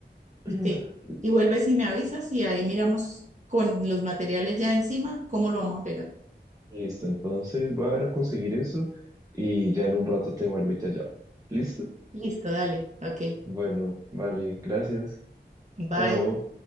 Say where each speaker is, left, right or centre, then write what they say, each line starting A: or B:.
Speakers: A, on the right (about 20°); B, on the right (about 40°).
A: <clears throat>
B: Sí. Y vuelves y me avisas y ahí miramos con los materiales ya encima cómo lo vamos a pegar.
A: Listo, entonces voy a ir a conseguir eso y ya en un rato te vuelvo y te llamo. ¿Listo?
B: Listo, dale. Ok.
A: Bueno, vale, gracias.
B: Bye.
A: Chao.